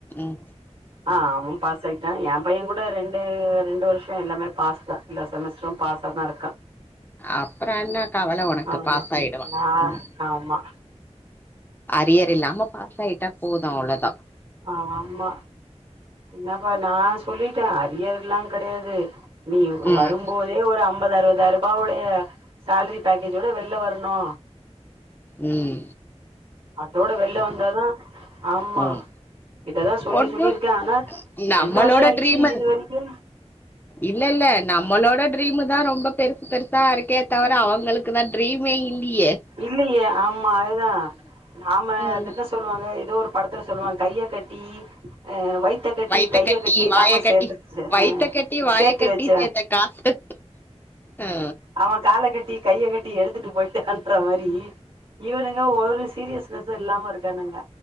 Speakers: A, on the left (about 15°); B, on the right (about 50°).
A: ம்
B: ஆ அவுனு பாஸ் ஆகிட்டா எயா பைய கூட ரெண்டு ரெண்டு வருஷோ எல்லாமே பாஸ் தா இந்த செமஸ்டரு பாஸ் சொப்னா இருக்கா
A: அப்றோ என்ன கவல உனக்கு
B: ஆமா
A: பாஸ் ஆயிடுவா
B: நா
A: ம்
B: ஆமா
A: அரியர் இல்லாம பாஸ் ஆய்ட்டா போது அவ்ளோதா
B: ஆமா என்னாபா நா சொல்லிட்டே அரியர்ல்லா கெடையாது நீ
A: ம்
B: வரும்போ தே ஒரு அம்பது அறுவதாயிரூபா உடைய சேல்ரி பேக்கேஜோட வெள்ல வர்ணு
A: உம்
B: அத்தோட வெள்ல வந்தாதா ஆமா
A: ம்
B: இததா சொல்லி
A: ஒண்ணு
B: சொல்லிருக்கே ஆனா
A: நம்மளோட
B: ரெண்டு வருஷோ ஆய்ச்சு
A: ட்ரீமு
B: இது வரைக்கு
A: இல்ல இல்ல நம்மளோட ட்ரீமு தா ரொம்ப பெருசு பெருசா இருக்கே தவிர அவங்களுக் குளா ட்ரீமே இல்லியே
B: இல்லையே ஆமா அதுதா நாம
A: அஹ
B: அது என்ன சொல்லுவாங்க ஏதோ ஒரு படத்துல சொல்லுவாங்க கைய கட்டி ஆ வைத்த கட்டி
A: வயித்த
B: கையை கட்டி
A: வாய
B: நாம
A: கட்டி
B: சேத்து
A: வயித்த
B: அ
A: கட்டி வாய
B: சேத்து
A: கட்டி
B: வெச்ச
A: சேத்த காசு ஆ
B: அவன் கால கட்டி கையை கட்டி எடுத்துட்டு போயிட்டாண்ற மாரி இவுரு என்னவோ ஒரு சீரியஸ்னஸ்சு இல்லாம இருக்கானுங்க